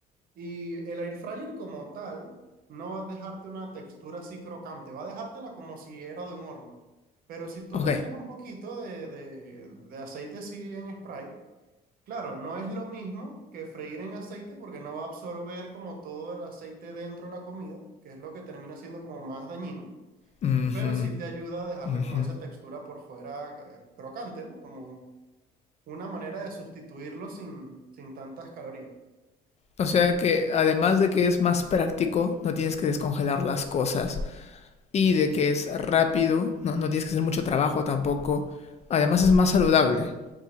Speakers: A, on the right (about 60°); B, on the left (about 40°).
A: Y el air fryer como tal no va a dejarte una textura así crocante, va a dejártela como si era de un horno. Pero si tú
B: Ok.
A: le echas un poquito de, de- de aceite así en spray, claro, no es lo mismo que freír en aceite porque no va a absorber como todo el aceite dentro de la comida, que es lo que termina siendo como más dañino,
B: Ujú.
A: pero sí te ayuda a dejarle
B: Ujú.
A: como esa textura por fuera eh, crocante, ¿no? Como una manera de sustituirlo sin, sin tantas calorías.
B: O sea que además de que es más práctico, no tienes que descongelar las cosas y de que es rápido, no, no tienes que hacer mucho trabajo tampoco. Además es más saludable.